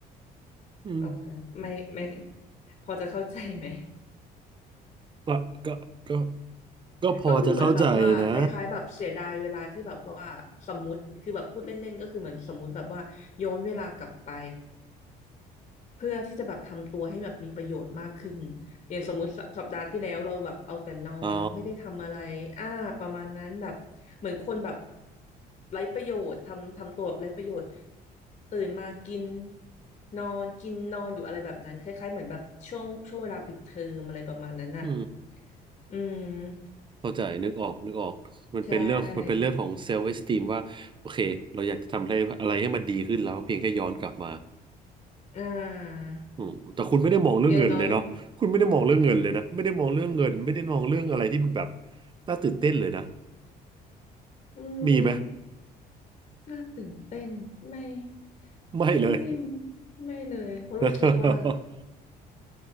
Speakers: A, on the right (about 30°); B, on the left (about 40°).
A: อืม
B: ประมาณนั้นไม่ไม่พอจะเข้าใจไหม
A: ก็ก็ก็ก็พอจะเข้าใจนะ
B: ก็คือเหมือนแบบว่าคล้ายๆแบบเสียดายเวลาที่แบบว่าสมมติคือแบบพูดเล่นๆก็คือเหมือนสมมติแบบว่าย้อนเวลากลับไปเพื่อที่จะแบบทำตัวให้แบบมีประโยชน์มากขึ้นอย่างสมมุติสสัปดาห์ที่แล้วเราแบบเอาแต่นอนไม่ได้ทำอะไรอ่าประมาณนั้นแบบเหมือนคนแบบ
A: อ๋อ
B: ไร้ประโยชน์ทำทำตัวแบบไร้ประโยชน์ตื่นมากินนอนกินนอนอยู่อะไรแบบนั้นคล้ายๆเหมือนแบบช่วงช่วงเวลาปิดเทอมอะไรประมาณนั้นอ่ะ
A: อื
B: อืม
A: ม เข้าใจนึกออกนึกออกมันเป็นเรื่องมันเป็นเรื่องของเซลฟ์เอสติมว่าโอเคเราอยากจะทำอะไรอะไรให้มันดีขึ้นแล้วเพียงแค่ย้อนกลับมา
B: ใช่ อ่า
A: อืมแต่คุณไม่ได้มองเรื่องเงินเลยเนาะคุณไม่ได้มองเรื่องเงินเลยนะไม่ได้มองเรื่องเงินไม่ได้มองเรื่องอะไรที่มันแบบ
B: อย่างน้อย
A: น่าตื่นเต้นเลยนะ
B: อืม
A: มีไหม
B: น่าตื่นเต้นไม่
A: ไม่เลย
B: ไม่ไม่ไม่เลยเพราะรู้สึกว่า
A: <laughs>